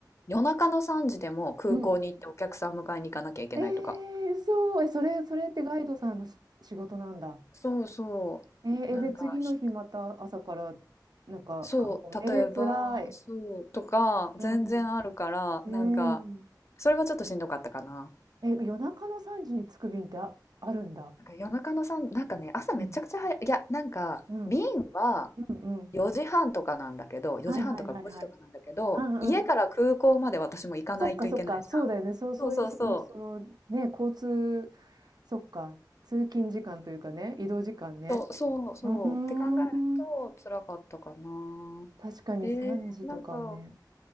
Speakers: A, on the left; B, on the right.
A: 夜中の3時でも空港に行ってお客さん迎えに行かなきゃいけないとか。
B: うん、えー、そう、え、それ、それってガイドさんのし仕事なんだ。
A: そうそ
B: えー、
A: う。
B: え、
A: なんか、
B: で、次の日また朝から、
A: ひ
B: なんか観光、
A: そう、
B: えー、
A: 例えば、
B: つらい。
A: そう、とか、全然あるから、
B: うん。うん。
A: なんか、それはちょっとしんどかったかな。
B: え、夜中の3時に着く便ってあ、あるんだ。
A: なんか夜中の3、なんかね、朝めちゃくちゃ早い、
B: うん。
A: いや、なんか、
B: うん。
A: 便は
B: うん。うん。
A: 4時半とかなんだけど、4時半とか5時とかなんだけど、
B: はいはいはいはい。うんうん。
A: 家から空港まで私も行かないといけないじゃん。
B: そっかそっか、そうだよね。そう、そういう、
A: そうそうそう。
B: その、その、ね、交通、そっか、通勤時間というかね、移動時間ね。
A: そうそうそう。
B: うーん。
A: って考えると、辛かったかな。
B: 確かに3時とかはね。
A: えー、なんか、